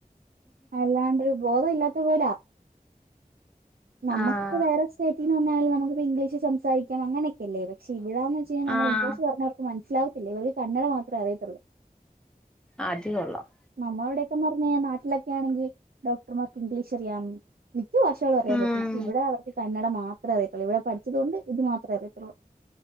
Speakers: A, on the right; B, in the centre.
A: അല്ലാണ്ടൊരു ബോധം ഇല്ലാത്ത പോലാ നമുക്കിപ്പോ
B: ആഹ്
A: വേറെ സ്റ്റേറ്റിന്ന് വന്നാലും നമ്മുക്കിപ്പോ ഇംഗ്ലീഷ് സംസാരിക്കാം അങ്ങനൊക്കെയല്ലേ പഷേ ഇവടന്ന് <unintelligible> നമ്മള്
B: ആഹ്
A: ഇംഗ്ലീഷ് പറഞ്ഞവർക്ക് മനസ്സിലാവത്തില്ല ഇവർക്ക് കന്നട മാത്രേ അറിയത്തോള്ളൂ
B: അത് കൊള്ളാം
A: നമ്മളിവടെക്കെന്ന് പറഞ്ഞ കഴിഞ്ഞാ നാട്ടിലൊക്കെ ആണെങ്കി ഡോക്ടർമ്മാർക്ക് ഇംഗ്ലീഷ് അറിയാം മിക്ക ഭാഷകളും അറിയാൻ
B: ഉം
A: പറ്റും ഇവടെ അവർക്ക് കന്നട മാത്രേ അറിയത്തോള്ളൂ ഇവടെ പഠിച്ചതുകൊണ്ട് ഇത് മാത്രമേ അറിയത്തോള്ളൂ